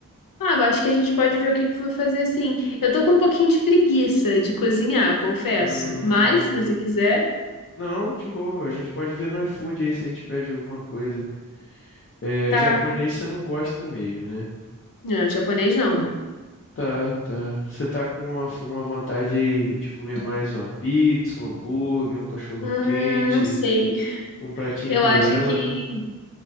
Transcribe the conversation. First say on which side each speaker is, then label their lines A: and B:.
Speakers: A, on the left; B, on the left.
A: Ah, eu acho que a gente pode ver o que que for fazer assim. Eu tô com um pouquinho de preguiça de cozinhar, confesso.
B: Hum...
A: Mas, se você quiser,
B: Não, de boa. A gente pode ver no iFood aí se a gente pede alguma coisa. É,
A: tá.
B: japonês você não gosta mesmo, né?
A: Não, japonês não.
B: Tá, tá. Você tá com uma, uma vontade aí de comer mais uma pizza, um hambúrguer, um cachorro
A: Hum,
B: quente,
A: não sei.
B: um pratinho
A: Eu
B: italiano,
A: acho que.